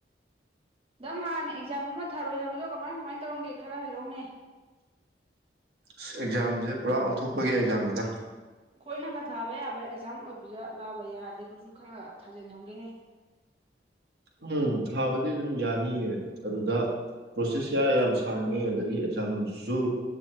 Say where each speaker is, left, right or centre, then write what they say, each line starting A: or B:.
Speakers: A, on the right (about 35°); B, on the right (about 65°).
A: ꯗꯥ ꯃꯥꯥꯟꯅꯦ ꯑꯦꯛꯖꯥꯝ ꯑꯃ ꯊꯥꯔꯨꯏ ꯍꯥꯏꯕꯗꯣ ꯀꯃꯥꯏ ꯀꯃꯥꯏ ꯇꯧꯔꯝꯒꯦ ꯈꯔ ꯍꯥꯏꯔꯛꯎꯅꯦ
B: ꯑꯁ ꯑꯦꯛꯖꯥꯝꯁꯦ ꯄꯨꯔꯥ ꯑꯣꯟꯊꯣꯛꯄꯒꯤ ꯑꯦꯛꯖꯥꯝꯅꯤꯗ
A: ꯑꯩꯈꯣꯏꯅꯒ ꯊꯥꯕ ꯌꯥꯕ ꯑꯦꯛꯖꯥꯝ ꯑꯣꯏꯕꯖꯥꯠꯂꯥꯕ ꯌꯥꯔꯗꯤ ꯑꯩꯈꯣꯏꯁꯨ ꯈꯔ ꯊꯥꯖꯟꯍꯧꯒꯦꯅꯦ
B: ꯎꯝ ꯊꯥꯕꯗꯤ ꯑꯗꯨꯝ ꯌꯥꯅꯤꯌꯦ ꯑꯗꯨꯗ ꯄ꯭ꯔꯣꯁꯦꯁꯦ ꯌꯥꯝ ꯁꯥꯡꯉꯦ ꯑꯗꯒꯤ ꯑꯦꯛꯖꯥꯝꯗꯨꯁꯨ